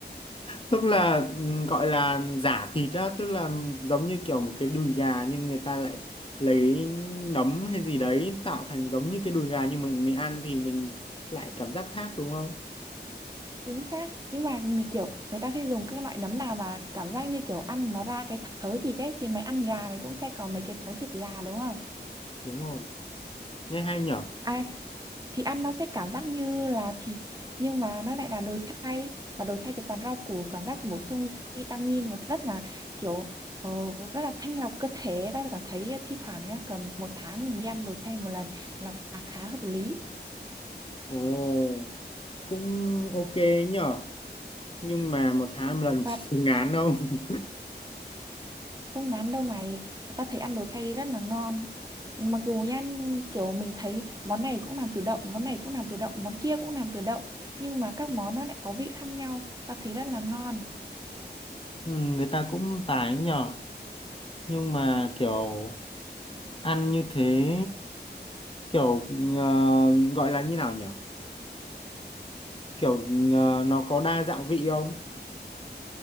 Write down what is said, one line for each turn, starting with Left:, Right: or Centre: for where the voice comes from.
Left: tức là ừm, gọi là giả thịt á tức là giống như kiểu một cái đùi gà nhưng người ta lại lấy nấm hay gì đấy tạo thành giống như cái đùi gà nhưng mình mình ăn thì mình lại cảm giác khác đúng không
Right: chính xác nhưng mà người kiểu người ta sẽ dùng các loại nấm nào mà cảm giác như kiểu ăn nó ra cái thớ thịt đấy thì mày ăn gà mày cũng sẽ có mấy cái thớ thịt gà đúng không
Left: đúng rồi nghe hay nhở
Right: ai thì ăn nó sẽ cảm giác như là thịt nhưng mà nó lại là đồ chay mà đồ chay thì toàn rau củ cảm giác bổ sung vitamin và rất là kiểu ờ, rất là thanh lọc cơ thể ta cảm thấy thi thoảng nhá cầm một tháng mình đi ăn đồ chay một lần là khá hợp lý
Left: ồ cũng ok nhở nhưng mà một tháng một lần
Right: và
Left: <laughs> ngán không
Right: không ngán đâu mày ta thấy ăn đồ chay rất là ngon mặc dù nha kiểu mình thấy món này cũng làm từ đậu món này cũng làm từ đậu món kia cũng làm từ đậu nhưng mà các món nó lại có vị khác nhau ta thấy rất là ngon
Left: ừ, người ta cũng tài ấy nhở nhưng mà kiểu ăn như thế kiểu ờ, gọi là như nào nhở kiểu ờ, nó có đa dạng vị không